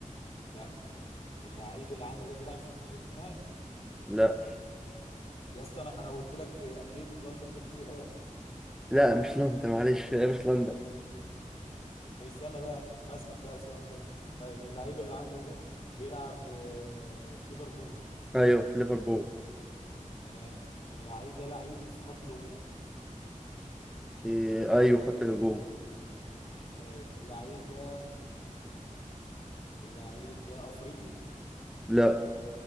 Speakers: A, on the left; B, in the centre.
A: لا اللعيب اللي عندك ده بيلعب في توت- توتنهام
B: لا
A: يا اسطى انا انا قلت لك إيه، انديه لندن قلت لي اه
B: لا مش لندن معلش <laughs> آه، مش لندن
A: طب استنى بقى هسأل بقى سؤال تاني طيب اللعيب اللي عندك ده بيلعب آه، في ليفربول
B: ايوه في ليفربول
A: تمام اللعيب ده لعيب في خط الهجوم
B: إيه، ايوه خط الهجوم
A: طيب اللعيب ده اللعيب ده افريقي
B: لا